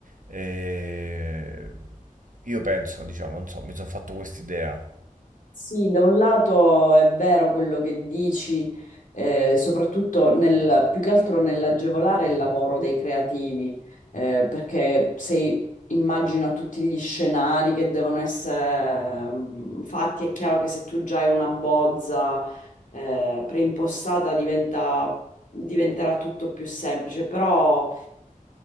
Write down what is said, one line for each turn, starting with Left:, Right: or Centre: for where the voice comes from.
Right: E io penso, diciamo, non so, mi sono fatto quest'idea.
Left: Sì, da un lato è vero quello che dici, eh, soprattutto nel, più che altro nell'agevolare il lavoro dei creativi, eh, perché se immagino a tutti gli scenari che devono essere mm, fatti, è chiaro che se tu già hai una bozza, eh, preimpostata diventa- diventerà tutto più semplice, però...